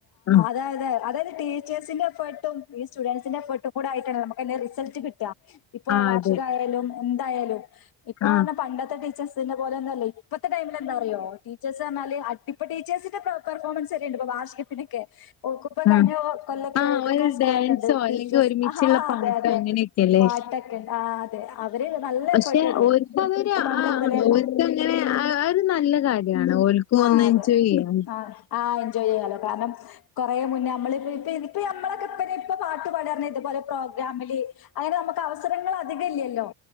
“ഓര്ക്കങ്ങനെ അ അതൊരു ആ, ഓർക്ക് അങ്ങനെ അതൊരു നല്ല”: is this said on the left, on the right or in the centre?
Left